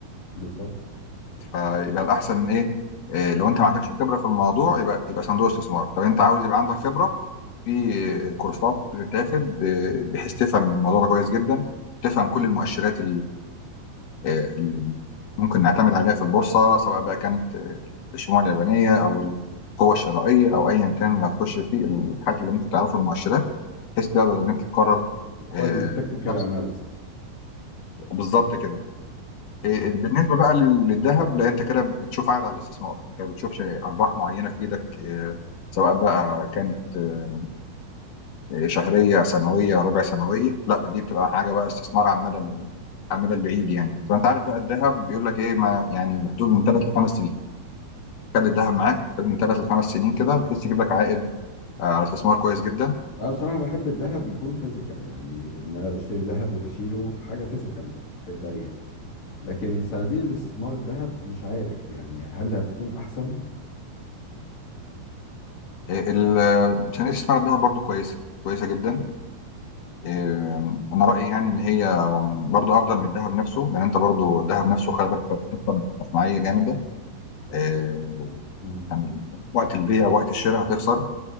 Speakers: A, on the left (about 50°); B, on the left (about 65°).
A: بالظبط
B: فيبقى الاحسن ايه آه، لو انت ما عندكش خبره في الموضوع يبقى يبقى صندوق استثمار طب انت عاوز يبقى عندك خبره في كورسات بتتاخد آه، بحيث تفهم الموضوع ده كويس جدا تفهم كل المؤشرات آه، اللي ممكن نعتمد عليها في البورصة سواء بقى كانت آه، الشموع اليابانية أو القوة الشرائية أو أيا كان اللي هتخش فيه الحاجات اللي ممكن تعرفها المؤشرات بحيث تقدر إن أنت تقرر آه،
A: هو التكنيكال
B: بنفسك
A: اناليسيس
B: بالظبط كده آه،
A: مم.
B: بالنسبة بقى لل- للذهب لا أنت كده بتشوف عائد على الاستثمار أنت ما بتشوفش أرباح معينة في إيدك آه، سواء بقى كانت آه، شهريه سنويه ربع
A: اه
B: سنويه لا دي بتبقى حاجه بقى استثمار على المدى ال- على المدى البعيد يعني طب انت عارف بقى الذهب بيقول لك ايه ما يعني محدود من ثلاث لخمس سنين خد الذهب معاك خد من ثلاث لخمس سنين كده بحيث يجيب لك عائد آه، على استثمار كويس جدا
A: انا بصراحة بحب الذهب يكون فيزيكال يعني ان انا بشتري ذهب وبشيله حاجة فيزيكال في ايديا لكن صناديق الاستثمار الذهب مش عارف يعني هل هتكون احسن
B: إيه، ال- صناديق استثمار الذهب برضو كويسه كويسه جدا إيه، انا رايي يعني ان هي برضو افضل من الذهب نفسه لان انت برضو الذهب نفسه خلي بالك انت بتكسب مصنعيه جامده إيه،
A: مم.
B: يعني وقت البيع وقت الشراء هتخسر